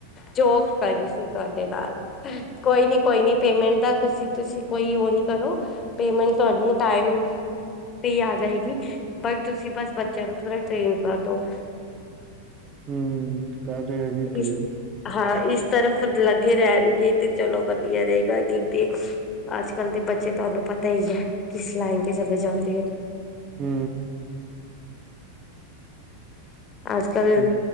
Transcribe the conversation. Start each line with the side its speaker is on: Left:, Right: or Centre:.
Left: ਜੋਕ ਕਰ ਰਈ ਸੀ ਤੁਆਡੇ ਨਾਲ। ਕੋਈ ਨੀ ਕੋਈ ਨੀ ਪੇਮੈਂਟ ਦਾ ਤੁਸੀ-ਤੁਸੀਂ ਕੋਈ ਓ ਨਾ ਕਰੋ ਪੇਮੈਂਟ ਤਆਨੂੰ ਟਾਈਮ ਤੇ ਈ ਆ ਜਾਏਗੀ ਬਟ ਤੁਸੀਂ ਬਸ ਬੱਚੇਆਂ ਨੂੰ ਥੋੜਾ ਟ੍ਰੇਂਡ ਕਰਦੋ।
Right: ਹੂੰ, ਕਰ ਰਿਆ ਜੀ ਟ੍ਰੇਂਡ।
Left: ਇਸ ਹਾਂ ਇਸ ਤਰਫ ਲੱਗੇ ਰੈਨਗੇ ਤੇ ਚਲੋ ਵਦੀਆ ਰਏਗਾ ਗਿਨਤੀ ਅੱਜ-ਕੱਲ ਦੇ ਬੱਚੇ ਤੁਆਨੂੰ ਪਤਾ ਈ ਐ ਕਿਸ ਲਾਈਨ ਤੇ ਚਲੇ ਜਾਂਦੇ ਐ।
Right: ਹੂੰ।
Left: ਅੱਜ-ਕੱਲ
Right: ਉਹ